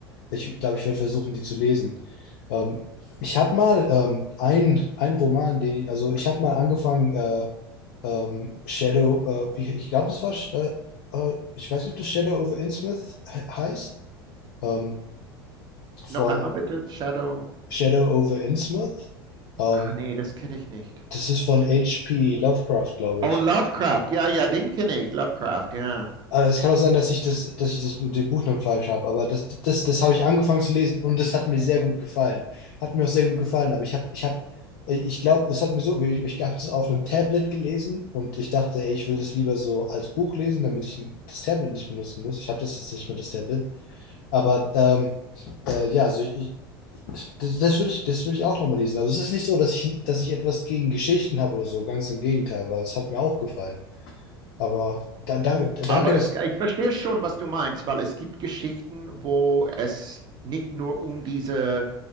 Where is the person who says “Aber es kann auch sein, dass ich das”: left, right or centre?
Left